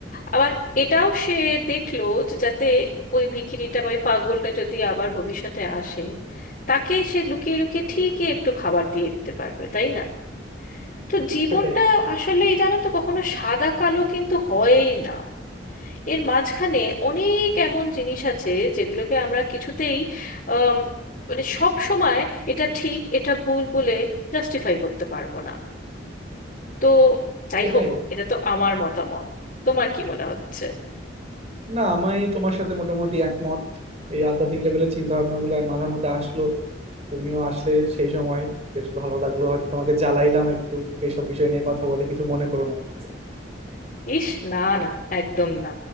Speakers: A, on the left; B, on the right.
A: আবার এটাও সে দেখলো যে যাতে ওই ভিখিরিটা বা ওই পাগলটা যদি আবার ভবিষ্যতে আসে তাকে সে লুকিয়ে লুকিয়ে ঠিকই একটু খাবার দিয়ে দিতে পারবে তাই না তো জীবনটা
B: সেটাই
A: আসলে এই জানো তো কখনো সাদা কালো কিন্তু হয়ই না এর মাঝখানে অনেক এমন জিনিস আছে যেগুলোকে আমরা কিছুতেই আম, মানে সব সময় এটা ঠিক এটা ভুল বলে জাস্টিফাই করতে পারবো না তো যাই
B: সেটাই
A: হোক এটা তো আমার মতামত তোমার কি মনে হচ্ছে
B: না আমি তোমার সাথে মোটামুটি একমত এই আধ্যাত্মিক লেভেলের চিন্তা ভাবনা গুলো মাথার মধ্যে আসলো তুমিও আসলে সেই সময় বেশ ভালো লাগলো হয়তো তোমাকে জ্বালাইলাম একটু এইসব বিষয় নিয়ে কথা বলে কিছু মনে করো না প্লিজ
A: ইস না না একদম না